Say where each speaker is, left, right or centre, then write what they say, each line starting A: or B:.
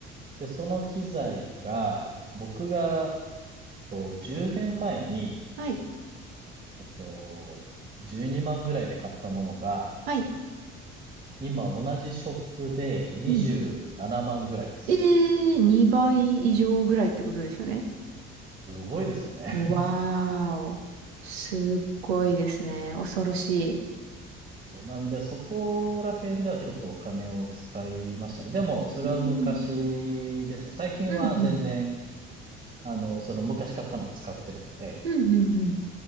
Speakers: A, on the right (about 30°); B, on the right (about 80°).
A: で、その機材が、僕が、えっと、10年前に、
B: はい、
A: えっと、12万ぐらいで買ったものが、
B: はい。
A: 今同じショップで27万ぐらいですね。
B: うん。えー、2倍以上ぐらいってことですよね。
A: すごいですよね。
B: わーお。
A: <laughs>
B: すっごいですね。恐ろしい。
A: そうなんで、そこら辺ではちょっとお金を使いましたね。でも、それは昔ですね。
B: うん、
A: 最近は全然、
B: うん、うん、
A: あの、その昔買ったのを使ってるんで、
B: うん、うん、うん、